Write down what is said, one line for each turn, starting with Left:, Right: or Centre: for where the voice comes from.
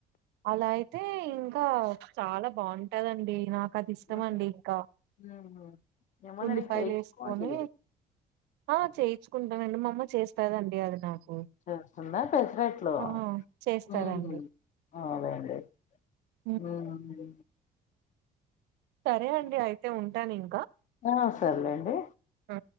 Right: అలా అయితే ఇంకా చాలా బాగుంటు టదండి నాకు అది ఇష్టమండి
Left: ఉమ్
Right: ఇంకా
Left: ఉమ్ ఏమోనడిగి
Right: ఉల్లిపాయలు
Left: చేయించుకోండి
Right: వేసుకొని ఆ చేయించుకుంటానండి మా అమ్మ చేస్తాదండి అది నాకు
Left: చేస్తుందా పెసరట్లు
Right: ఆ చేస్తారండి
Left: ఉ అవున్లెండి
Right: ఉమ్.
Left: హుఅండి
Right: సరే అండి అయితే ఉంటానిం
Left: ఆ సర్లేండి
Right: ఆ